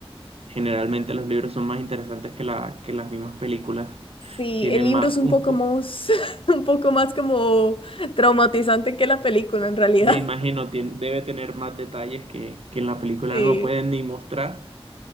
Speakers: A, on the right; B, on the left.
A: generalmente los libros son más interesantes que la, que las mismas películas.
B: Sí,
A: Tienen
B: el libro
A: más,
B: es un
A: un,
B: poco
A: po-
B: más, <laughs> un poco más como traumatizante que la película en realidad.
A: me imagino, tien- debe tener más detalles que, que en la película
B: <laughs> Sí.
A: no pueden ni mostrar.